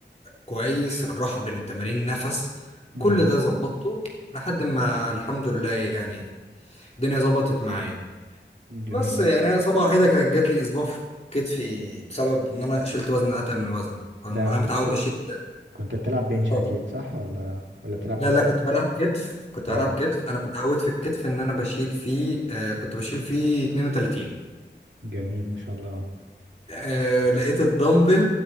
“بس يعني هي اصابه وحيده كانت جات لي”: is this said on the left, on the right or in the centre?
Left